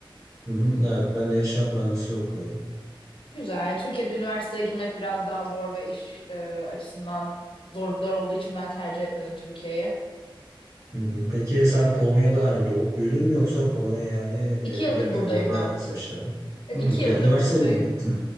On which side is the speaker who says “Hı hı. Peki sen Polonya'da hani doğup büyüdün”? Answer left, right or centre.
Right